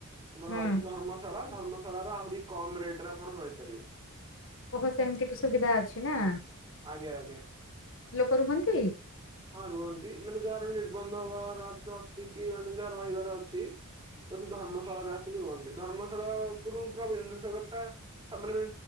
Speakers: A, on the right (about 20°); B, on the left (about 65°).
A: ଆମର
B: ହୁଁ।
A: ଅଛି ଧର୍ମଶାଳା ଧର୍ମଶାଳା ର ଆହୁରି କମ ରେଟ୍ ରେ ଆପଣ ରହିପାରିବେ।
B: ଓଃହ ସେମିତି ବି ସୁବିଧା ଅଛି ନା
A: ଆଜ୍ଞା ଆଜ୍ଞା।
B: ଲୋକ ରୁହନ୍ତି?
A: ହଁ ରୁହନ୍ତି ମାନେ ଯାହାର ନିର୍ବନ୍ଧ ହବାର ଅ ଅଛି କି ମାନେ ଯାହା ରହିବାର ଅଛି ତ ସେ ଧର୍ମଶାଳାରେ ଆସିକି ରୁହନ୍ତି। ଧର୍ମଶାଳା ଉପୁରୁ ପୁରା ବନ୍ଦସାଗର ଟା ସାମ୍ନା ମ